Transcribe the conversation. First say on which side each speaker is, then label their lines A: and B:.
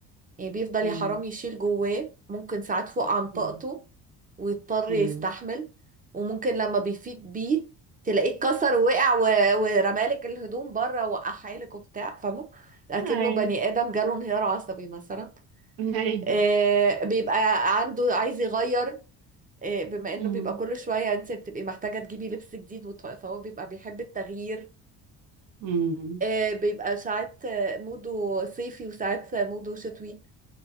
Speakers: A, on the right; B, on the right.
A: يعني بيفضل
B: امم
A: يا حرام يشيل جواه ممكن ساعات فوق عن طاقته
B: امم
A: ويضطر
B: امم
A: يستحمل وممكن لما بيفيد بيه تلاقيه اتكسر ووقع و- ورمالك الهدوم بره وقحالك وبتاع فاهمه لكنه
B: ايوه
A: بني ادم جاله انهيار عصبي مثلا
B: ايوه
A: آه بيبقى عنده عايز يغير آه بما انه
B: امم
A: بيبقى كل شويه انت بتبقي محتاجه تجيبي لبس جديد وط- فهو بيبقى بيحب التغيير
B: امم
A: آه بيبقى ساعات آه، موده صيفي وساعات آه، موده شتوي